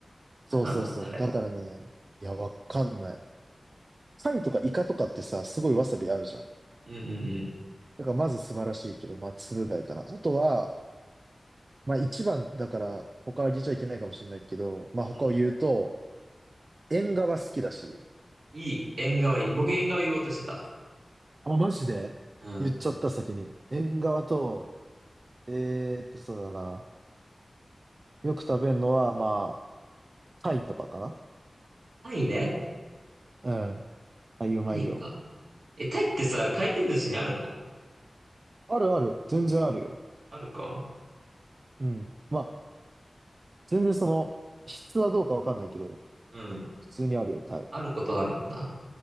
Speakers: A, on the right; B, on the right.
A: そうそうそう。
B: なんなんだろうね、あれ。
A: だからね、いや、わかんない。貝とかイカとかってさ、すごいわさび合うじゃん。
B: うんうんうん。
A: だからまず素晴らしいけど、まあつぶ貝かな。あとは、まあ一番だから、他は言っちゃいけないかもしれないけど、まあ他を言うと、
B: うん
A: 縁側好きだし、
B: いい。縁側いい。僕縁側言おうとしてた。
A: あ、マジで言っちゃった先に。
B: うん。
A: 縁側と、えーっと、そうだな。よく食べるのは、まあ、貝とかかな
B: タイね。
A: うん。あいうまいよ。
B: タイか。え、タイってさ、回転寿司にあるの
A: あるある。全然あるよ。
B: あるか。
A: うん。まあ、全然その、質はどうかわかんないけど、
B: うん。
A: 普通にあるよ、タイ。
B: あることあるんだ。